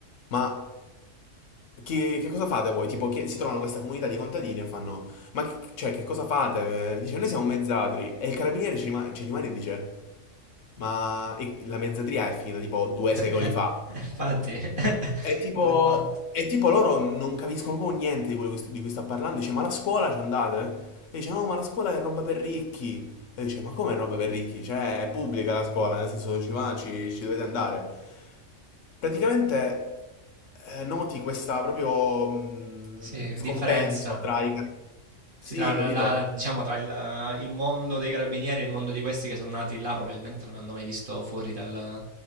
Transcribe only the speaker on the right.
Eh
sì.
<laughs>
Infatti <laughs>
andiamo avanti.
Sì,
differenza.
Sì,
tra, la-
la- diciamo, tra il, il mondo dei carabinieri e il mondo di questi che sono nati là, probabilmente non hanno mai visto fuori dal- da